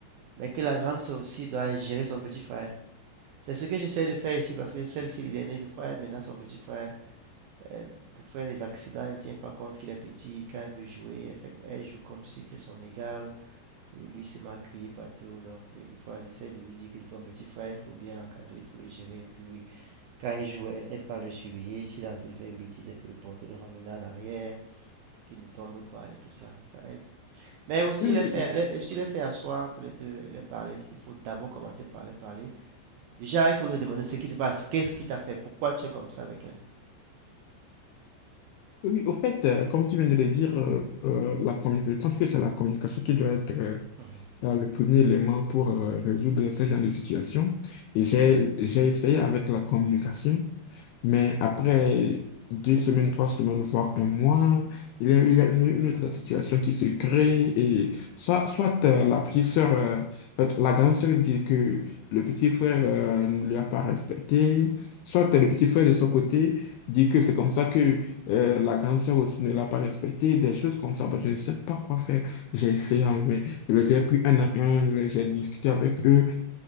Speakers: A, on the right; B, on the left.
A: mais que la grande sœur aussi doit gérer son petit frère. C'est ce que j'essaie de faire ici parce que celle-ci, il est né de frère, maintenant son petit frère, euh, des fois les accidents, elle ne tient pas compte qu'il est petit, quand elle veut jouer, elle, fait- elle joue comme si c'était son égal, et lui se met à crier partout, donc oui, des fois j'essaie de lui dire que c'est ton petit frère, il faut bien l'encadrer, il faut le gérer, et puis oui, quand il joue, elle, elle pas le surveiller, s'il est en train de faire une bêtise, elle peut le porter, le ramener en arrière, qu'il ne tombe pas et tout ça, ça aide. Mais aussi
B: Oui, oui,
A: les faire,
B: oui,
A: les, aussi les faire asseoir tous les deux, les parler, il faut d'abord commencer par les parler, Déjà, il faut te demander ce qui se passe. Qu'est-ce qui t'a fait? Pourquoi tu es comme ça avec elle?
B: oui. Au fait, euh, comme tu viens de le dire, euh, euh, la communication, je pense que c'est la communication qui doit être euh,
A: Mhm,
B: euh, le premier élément pour euh, résoudre ce genre de situation. Et j'ai, j'ai essayé avec la communication. Mais après deux semaines, trois semaines, voire un mois, il y a, il y a une, une autre situation qui se crée et soit, soit euh, la petite sœur, euh, euh, la grande sœur dit que le petit frère euh, ne lui a pas respecté, soit euh, le petit frère de son côté dit que c'est comme ça que euh, la grande sœur aussi ne l'a pas respecté, des choses comme ça. Bah, je ne sais pas quoi faire. J'ai essayé, hein, mais je les ai pris un à un, je les- j'ai discuté avec eux.